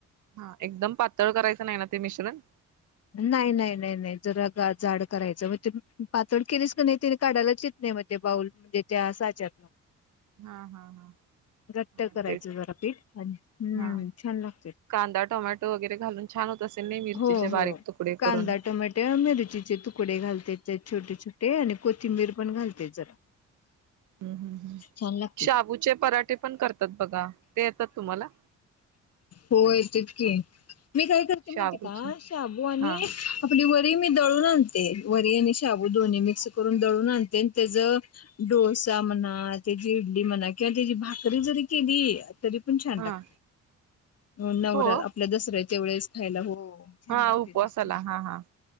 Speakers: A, on the right; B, on the left.
A: हा. एकदम पातळ करायचं नाही ना ते मिश्रण?
B: नाही. नाही. नाही. नाही. जरा ग जाड करायचं. मग ते पातळ केलीस का नाही तिने काढायलाच येत नाही म. ते बाऊल म्हणजे त्या साच्यातन.
A: हा. हा. हा.
B: घट्ट
A: हा
B: करायचं
A: तेच
B: जरा पीठ आणि हम्म
A: हा
B: छान लागत.
A: कांदा, टोमॅटो वगैरे घालून छान होत असेल नाही? मिरचीचे
B: हो हो
A: बारीक तुकडे
B: कांदा
A: करून.
B: टोमॅटे मिरचीचे तुकडे घालते छोटे छोटे आणि कोथिंबीर पण घालते जरा.
A: हम्म. हम्म. हम्.
B: छान लागते
A: शाबूचे पराठे पण करतात बघा ते येतात तुम्हाला?
B: होय तेच की. मी काय करते
A: शाबूचे
B: माहितीये का शाबू आणि
A: हा
B: आपली वरी मी दळून आणते. वरी आणि शाबू दोन्ही मिक्स करून दळून आणते‌ आणि त्याच डोसा म्हणा त्याची इडली म्हणा, किंवा त्याची भाकरी जरी केली तरी पण छान
A: हा
B: लागते. नवरा
A: हो
B: आपल्या दसऱ्याच्या वेळेस खायला. हो छान
A: हा
B: लागते
A: उपवासला,
B: तशी
A: हा हा